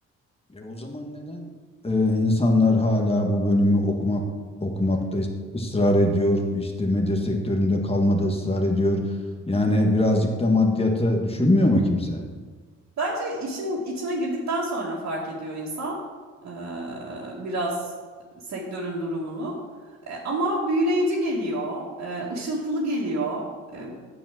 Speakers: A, on the left; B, on the right.
A: E, o zaman neden e, insanlar hala bu bölümü okumak okumakta is- ısrar ediyor? İşte medya sektöründe kalmada ısrar ediyor. Yani birazcık da maddiyata düşünmüyor mu kimse?
B: Bence işin içine girdikten sonra fark ediyor insan eee, biraz sektörün durumunu. E, ama büyüleyici geliyor, e, ışıltılı geliyor. E,